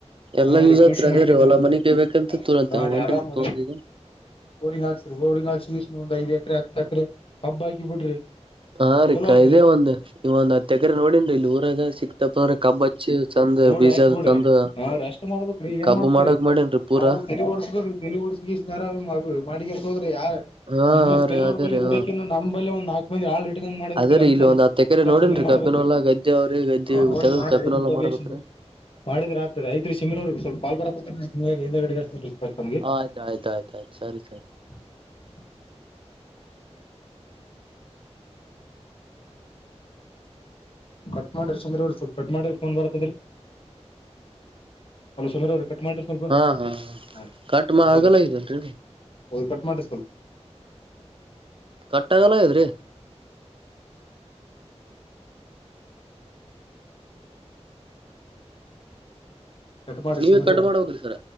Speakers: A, on the right; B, on the left.
A: ಎಲ್ಲಾ
B: ಹಾ
A: ಯೂಸ್
B: ರೀ ಕೃಷಿ
A: ಆತ್ರಿ
B: ಮಾಡ್ಕೊಂಡೊಂಡ
A: ಅದೇ ರೀ ಹೊಲ
B: ಹೋಗದು
A: ಮನಿ ಕೈಬೇಕಂತ ತೂರಂತ
B: ಹಾ ರೀ
A: ಹೊಂಟನ್ರಿ
B: ಆರಾಮ
A: ತೊಂದ ಈಗ
B: ಗೋರಿ ಹಾಕ್ ಬೋಡಿಂಗ ಒಐದ್ ಎಕರೆ ಹತ್ತು ಎಕರೆ ಕಬ್ ಹಾಕಿ ಬಿಡ್ರಿ
A: ಹಾ ರಿಕ್ಕಾ
B: ಚಲೋ ಆತ್ರಿ
A: ಇದೇ ಒಂದ ಇವ ಒಂದ್ ತಕ್ರ ನೋಡನ್ ಇಲ್ಲಿ ಊರಾಗ ಸಿಕ್ತಪ್ಪ ಅಂದ್ರ ಕಬ್ಬಚ್ಚಿ ಚಂದ ಬೀಜ
B: ಡಿ ಹಾಕಿ ಬಿಡ್ರಿ
A: ತಂದು
B: ಹ ಅಷ್ಟ್ ಮಾಡ್ಬೇಕ್ರಿ ಏನ್
A: ಕಬ್ಬು
B: ಮಾಡ್ತ್ರಿ
A: ಮಾಡಕ್ ಮಾಡೇನ್ರಿ ಪೂರಾ
B: ನಾವು ಓಡ್ಸ್ಬೇಕ್ರಿ ಮಾಡಂತ ಹೋರೆ ಯ
A: ಹಾ
B: ಬಿಸ್ನೆಸ್
A: ಹಾ
B: ಬೇರವ್ರ
A: ರೀ ಅದೇ
B: ಬ
A: ರೀ
B: ದುಡಕಂದ್ರ
A: ಹಾ
B: ನ ಬಲ್ಲಿ ಒಂದು ನಾಲ್ಕ ಮಂದ ಹಾಳ ಂಗ ಮಾಡ್ಬೇಕ್ರಿ
A: ಅದೇರೀ
B: ಅಂತ
A: ಇಲ್ಲಿ ಒಂದ್ ಹತ್ತ ಎಕರೆ
B: ಕೆಲ್ಸ
A: ನೋಡೇನ್ರಿ
B: ನೀಂಗ್ ಮಾಡ್ಬೇಕ್ರಿ
A: ಕಬ್ಬಿನ ಹೊಲ ಗದ್ದೆ ಅವ್ರಿ ಗದ್ದೆ
B: ಹ ನೋಡಿ
A: ತೆಗದ
B: ಮಾಡ್ರಿಲ
A: ಕಬ್ಬಿನ ಹೊಲ ಮಾಡ್ಬೇಕ್ರೀ.
B: ಮಾಡಿದ್ರ ರತ್ರಿ ಐತ್ ಶಿಮ್ರ್ರರಿಗೆ ಸ್ವಲ್ಪ ಪಾಲ್ರ ವೇಂದ ಗಡ ಸರ್ ತಮ್ಗೆ
A: ಆಯ್ತ ಆಯ್ತ ಆಯ್ತ ಸರಿ ಸರಿ
B: ಹ ಕಟ್ ಮಾಡ್ರಿ ಸಂದ್ರ್ರ ಸ್ವಲ್ ಕಟ್ ಮಾಡ್ರೊಂಡ್ ಬರತ್ತದ್ರಿ ಅ ಸಂದ್ರ್ರ ಟಮಾಟರ್ ಸ್ವಲ್ಪ
A: ಹಾ ಹಾ
B: ಹಾ ರೀ
A: ಕಟ್ ಮಾ
B: ಸಬ್
A: ಆಗಲ್ಲ ಇದಲ್ರರಿ
B: ಅವ ಕಟ್ ಮಾಡಟ್ರೆ ಸ್ವಲ್ಪ
A: ಕಟ್ಟಾಗಲ್ಲ ಇದ್ರಿ
B: ಕಟ್ ಮಾಡ್ರಿ
A: ನೀವೇ
B: ಸಮೀರ್
A: ಕಟ್
B: ಅವ್ರೆ
A: ಮಾಡ ಹ್ರಿ ಸರ